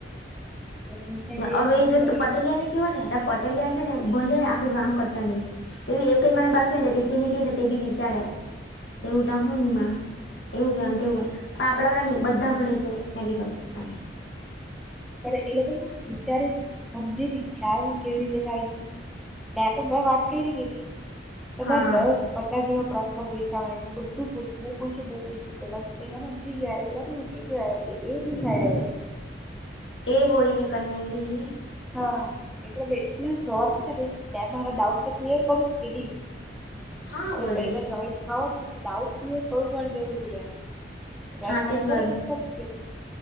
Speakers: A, in the centre; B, on the left.
A: હજુ
B: હવે એ જ વસ્તુ
A: કરે પણ
B: પટેલિયા ને કેહવા ને તો પટેલિયા સે ને ભલે આખું ગામ કરતા રેઈ. તે બી એક જ માણહ બાકી હોય ને તો તેને કેય ને તો તે બી વિચારેે, એવુ તો હુ ઈમા. એવું કે એમ કેવું આપડા વાળા ની બધા ઘડે એટલે મે બી કરુ એમ.
A: ત્યારે એ લોકો હુ વિચારે જ ની હમજે ની ઈછા આવું કેવી રીતે થાય ની ને આ તો મેં વાત કયરી કેની તેમા
B: હા
A: દસ પચાસ જેવા પ્રશ્ન પૂયછા અહે બધુ બો પૂયછું બો પૂયછું પેલા પલાને હમજી ગયા પેલા ઉડકી ગયા હે કે એ દિખાયા હે.
B: એ બોલનેકા <unintelligible>
A: હા એ એટલા સોફ્ટ છેને મે મારા ડાઉટ તો ક્લિયર કરું જ કે ની.
B: <inaudible>
A: હવે
B: બોડી
A: કઈ માં જોઈન્ટ થવાનું તો ડાઉટ ક્લિયર કરવું પણ જરૂરી એમ. મેં
B: હાચી
A: પ્રશ્ન
B: જ વાત
A: પૂછવાની જ કે ની